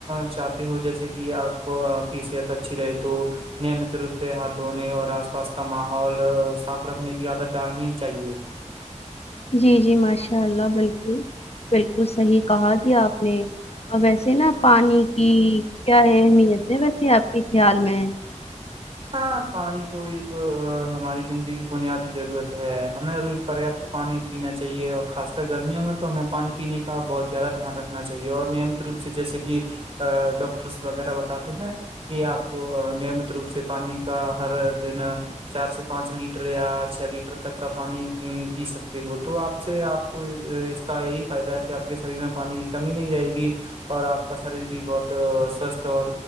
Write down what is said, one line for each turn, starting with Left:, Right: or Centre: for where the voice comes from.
Right: چاہ ہو جیسے کہ آپ کی صحت اچھی رہے تو نیمت روپ سے ہاتھ دھونے اور آس پاس کا ماحول صاف رکھنے کی عادت ڈالنی چاہیے
Left: جی جی ماشاء اللہ بالکل بالکل صحیح کہا دیا آپ نے اور ویسے نا پانی کی کیا اہمیت ہے ویسے آپ کے خیال میں ہے
Right: ہاں پانی تو ایک ہماری زندگی کی بنیادی ضرورت ہے ہمیں روز پریاپت پانی پینا چاہیے اور خاص کر گرمیوں میں تو ہمیں پانی پینے کا بہت زیادہ دھیان رکھنا چاہیے اور نیمت روپ جیسے کہ ڈاکٹرس وغیرہ بتاتے ہیں کہ آپ کو نعمت روپ سے پانی کا ہر دن چار سے پانچ لیٹر یا چھ لیٹر تک کا پانی پی سکتے ہو تو آپ سے آپ کو اس کا یہی فائدہ ہے کہ آپ کے شریر میں پانی کی کمی نہیں رہے گی اور آپ کا شریر بھی بہت سوستھ اور